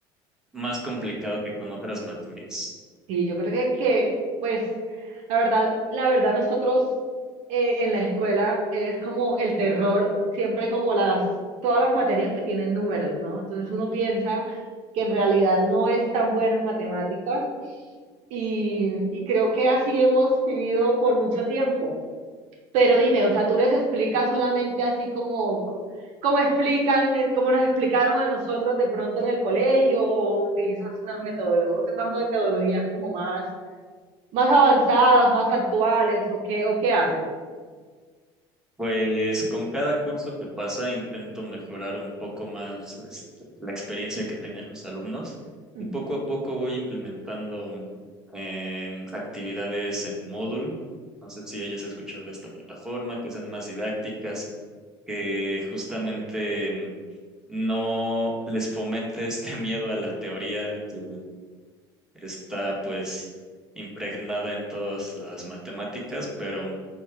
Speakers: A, in the centre; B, on the right.
A: más complicado que con otras materias.
B: Sí, yo creo que, que, pues, la verdad, la verdad nosotros eh, en la escuela es como el terror, siempre como las, todas las materias que tienen números, ¿no? Entonces uno piensa que en realidad no es tan bueno en matemáticas y, y creo que así hemos vivido por mucho tiempo. Pero dime, o sea, tú les explicas solamente así como, como explican, eh, como nos explicaron a nosotros de pronto en el colegio o utilizas unas metodologías, otras metodologías como más más avanzadas, más actuales, o qué, o qué haces.
A: Pues con cada curso que pasa intento mejorar un poco más este, la experiencia que tengan los alumnos
B: Mm,
A: y poco a poco voy implementando em, actividades en Moodle. No sé si hayas escuchado de esta plataforma, que sean más didácticas, que justamente em, no les fomente este <laughs> miedo a la teoría que está pues impregnada en todas las matemáticas, pero